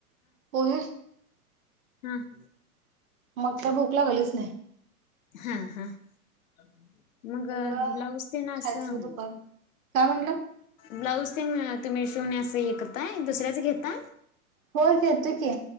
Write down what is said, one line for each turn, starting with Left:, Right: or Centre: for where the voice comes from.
Right: पोहे.
Left: हम्.
Right: मग त्या भूक लागलीच नाही.
Left: हम हम्म. मग
Right: आता जरा
Left: ब्लाउज दे ना
Right: खायचं
Left: असं.
Right: दुपारी. काय म्हटला?
Left: ब्लाऊज ते तुम्ही शिवण्या असं हे करताय दुसऱ्याच घेता.
Right: हो घेतो की